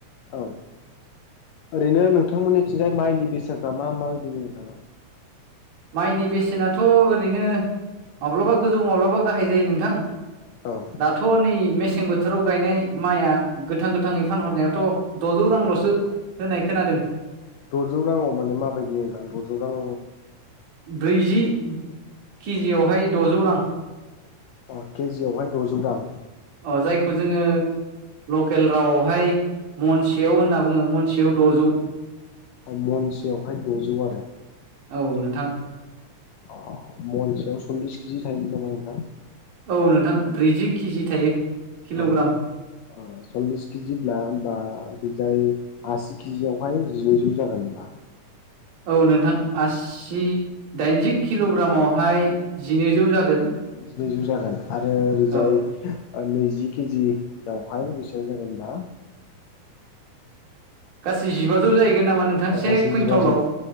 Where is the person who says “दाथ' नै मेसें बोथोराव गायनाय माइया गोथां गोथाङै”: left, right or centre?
Right